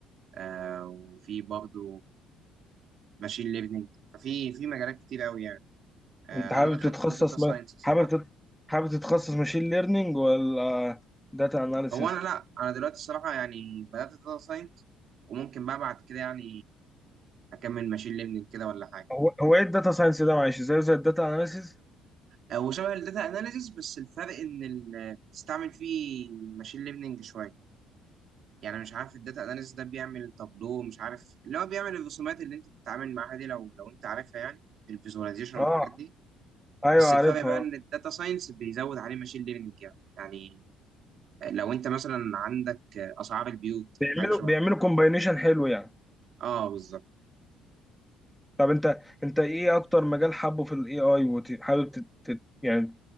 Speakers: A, on the right; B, in the centre.
A: آه وفي برضه ماشين ليرنينج ففي في مجالات كتير اوي يعني آه
B: انت
A: انا
B: حابب
A: دخلت
B: تتخصص
A: داتا ساينس
B: ما
A: الصراحة
B: حابب تت... حابب تتخصص ماشين ليرنينج ولا داتا اناليسيس
A: هو انا لا انا دلوقتي الصراحة يعني بدأت داتا ساينس وممكن بقى بعد كده يعني اكمل ماشين ليرنينج كده ولا حاجة
B: هو هو ايه الداتا ساينس ده معلش زي زي الداتا اناليسيس
A: آه، وشبه الداتا اناليسيس بس الفرق ان ال- بتستعمل فيه ماشين ليرنينج شويه يعني مش عارف الداتا اناليسيس ده بيعمل تابلو مش عارف اللي هو بيعمل الرسومات اللي انت بتتعامل معاها دي لو لو انت عارفها يعني الفيزواليزيشن والحاجات
B: اه
A: دي
B: ايوه
A: بس الفرق
B: عارفها
A: بقى ان الداتا ساينس بيزود عليه ماشين ليرنينج يعني يعني لو انت مثلا عندك آه، اسعار البيوت
B: بيعملوا
A: حاجه شبه
B: بيعملوا
A: كده.
B: كومباينيشن حلو يعني
A: اه بالظبط
B: طب انت انت ايه اكتر مجال حابه في الاي اي وحابب تت... تت... يعني